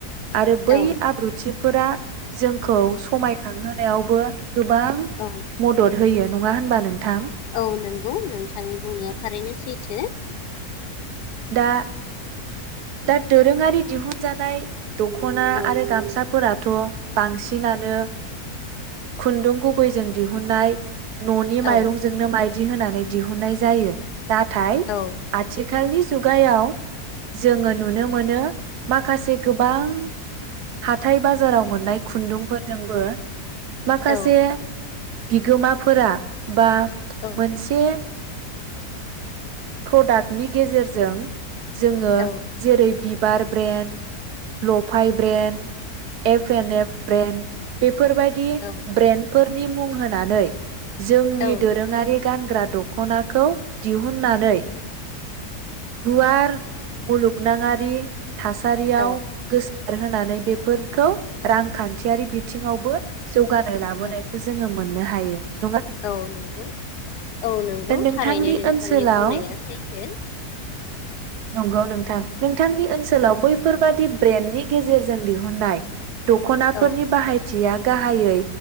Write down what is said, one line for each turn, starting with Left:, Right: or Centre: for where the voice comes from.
Right: आरो बै
Left: औ
Right: आब्रुथि। फोरा जोंखौ समायखांहोनायावबो गोबां
Left: औ
Right: मदद होयो। नङा होनबा नोंथां।
Left: औ नंगौ नोंथांनि बुंनाया थारैनो सैथो।
Right: दा दा दोरोङारि दिहुनजानाय। दखना
Left: औ
Right: आरो गामसााफोरा। थ बांसिनानो खुन्दुं गुबैजों दिहुननाय। न'नि माइरंजोंनो
Left: औ
Right: माइदि बिदि होनानै दिहुननाय जायो। नाथाय
Left: औ
Right: आथिखालनि मुगायाव जोङो नुनो मोनो माखासे गोबां हाथथाय बाजाराव मोननाय खुन्दुंफोरजोंबो माखासे।
Left: औ
Right: बिगोमाफोरा बा
Left: औ
Right: मोनसे। प्रडाक्टनि गेजेरजों। जों। जोङो
Left: औ
Right: जेरै बिबार ब्रेन्ड लफाइ ब्रेन एफ एन एफ। फ्रायन बे फोरबायदि
Left: औ
Right: ब्रेन्डफोर नि मुं होनानै जोंनि
Left: औ
Right: दोरोङारि गानग्रा दख'नाखौ दिहुननानै गुवार मुलुगनाङारि थासारियाव
Left: औ
Right: गोस आर होनानै बेफोरखौ रांखान्थियारि बिथिङावबो जौ गानो लाबोनायखौ
Left: औ
Right: जोङो मोननो हायो ।
Left: औ नोंगौ औ नोंगौ
Right: दा नोंथांनि
Left: थारैनो नोंथांनि
Right: ओनसोलाव
Left: बुंनाया सैथो ।
Right: नंगौ नोंथां नों थांनि ओनसोलाव
Left: औ
Right: बैफोरबादि ब्रेन्डनि गेजेरजों दिहुननाय दख'नाफोरनि
Left: औ
Right: बाहायथिया गाहायै